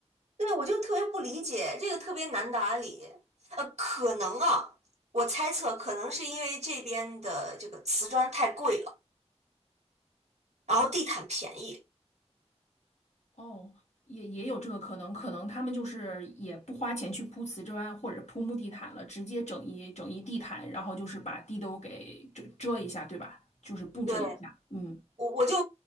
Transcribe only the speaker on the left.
哦，也也有这个可能，可能他们就是也不花钱去铺瓷砖或者铺木地毯了，直接整一整一地毯，然后就是把地都给遮遮一下，对吧？就是布置了一下，
嗯